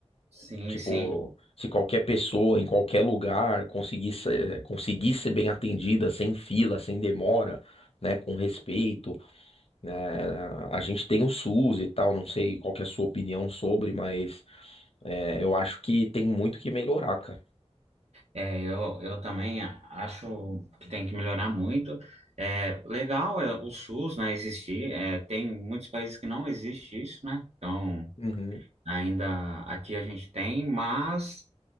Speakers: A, on the right; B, on the left.
A: Sim,
B: Tipo,
A: sim.
B: se qualquer pessoa, em qualquer lugar, conseguisse, eh, conseguir ser bem atendida, sem fila, sem demora, né? Com respeito, né? A gente tem o SUS e tal, não sei qual que é a sua opinião sobre, mas eh, eu acho que tem muito que melhorar, cara.
A: É, eu, eu também acho que tem que melhorar muito. É, legal é, o SUS, né, existir. É, tem muitos países que não existe isso, né? Então,
B: Uhum,
A: ainda aqui a gente tem, mas